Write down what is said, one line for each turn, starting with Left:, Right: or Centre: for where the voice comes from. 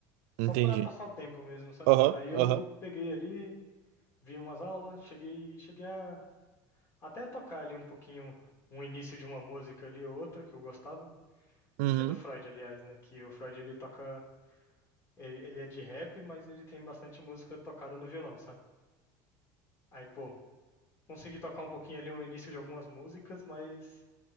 Right: Entendi.
Left: Só para passar o tempo mesmo, sabe?
Right: Aham,
Left: Aí eu
Right: aham.
Left: peguei ali, vi umas aulas, cheguei, cheguei a até tocar ali um pouquinho, um início de uma música ali ou outra que eu gostava.
Right: Uhum.
Left: que é do Freud, aliás, né? Que o Freud ele toca, ele, ele é de rap, mas ele tem bastante música tocada no violão, sabe? Aí, pô, consegui tocar um pouquinho ali no início de algumas músicas, mas